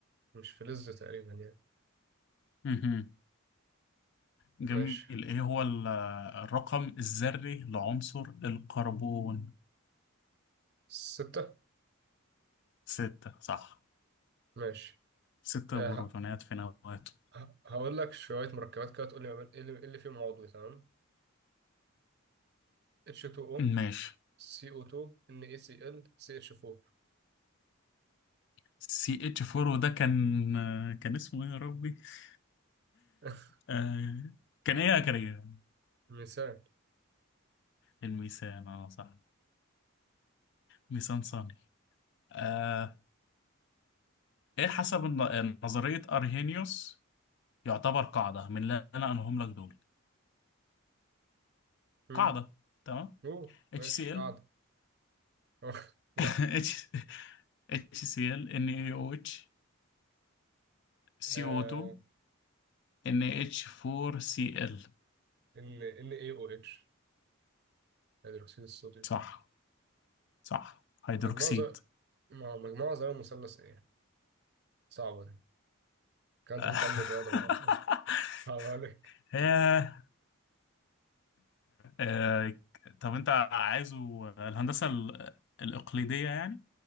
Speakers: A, on the right; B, on the left.
A: مش فلز تقريبا يعني
B: المال جميل
A: ماشي
B: ايه هو ال- الرقم الذري لعنصر الكربون
A: ستة
B: ستة صح
A: ماشي
B: ستة
A: آه
B: بروتونات
A: ه-
B: في نواته
A: ه- هقول لك شوية مركبات كده تقول لي ما بين- إيه اللي إيه اللي فيهم عضوي تمام H2O
B: ماشي
A: CO2 NaCl CH4
B: سي اتش 4 ده كان كان اسمه ايه يا ربي <laughs>
A: <laughs>
B: آه... كان ايه يا كريم
A: مثال
B: الميثان اه صح ميثان ثاني آه... ايه حسب الن- نظرية ارهينيوس يعتبر قاعدة من اللي انا انهم لك دول
A: مم.
B: قاعدة تمام
A: أوه ماشي
B: HCl
A: قاعدة
B: <laughs>
A: <laughs> لا
B: H HCl NaOH CO2
A: آه،
B: NH4Cl
A: ال NaOH هيدروكسيد الصوديوم
B: صح صح هيدروكسيد
A: مجموعة زر... مجموعة ذرة مثلث ايه صعبة دي كان انت
B: <laughs>
A: كنت علم رياضة بقى <laughs> صعب عليك
B: ياه آه، طب انت عايزه الهندسة ال- الإقليدية يعني